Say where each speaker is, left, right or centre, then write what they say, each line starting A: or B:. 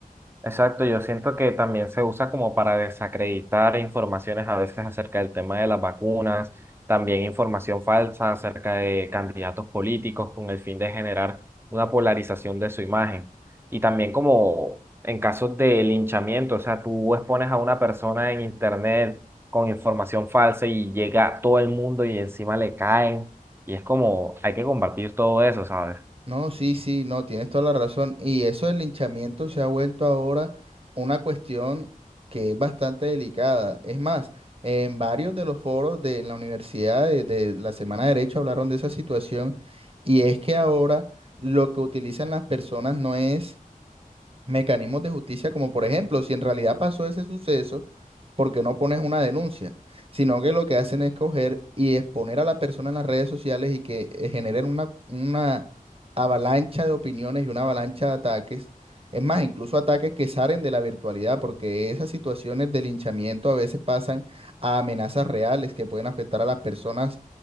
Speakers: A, on the right (about 15°); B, on the right (about 40°).
A: Exacto, yo siento que también se usa como para desacreditar informaciones a veces acerca del tema de las vacunas, también información falsa acerca de candidatos políticos con el fin de generar una polarización de su imagen. Y también como en casos de linchamiento, o sea, tú expones a una persona en internet con información falsa y llega a todo el mundo y encima le caen. Y es como, hay que combatir todo eso, ¿sabes?
B: No, sí, sí, no, tienes toda la razón. Y eso del linchamiento se ha vuelto ahora una cuestión que es bastante delicada. Es más, en varios de los foros de la universidad de, de la Semana de Derecho hablaron de esa situación y es que ahora lo que utilizan las personas no es mecanismos de justicia, como por ejemplo, si en realidad pasó ese suceso, ¿por qué no pones una denuncia? Sino que lo que hacen es coger y exponer a la persona en las redes sociales y que eh, generen una, una avalancha de opiniones y una avalancha de ataques. Es más, incluso ataques que salen de la virtualidad, porque esas situaciones de linchamiento a veces pasan a amenazas reales que pueden afectar a las personas,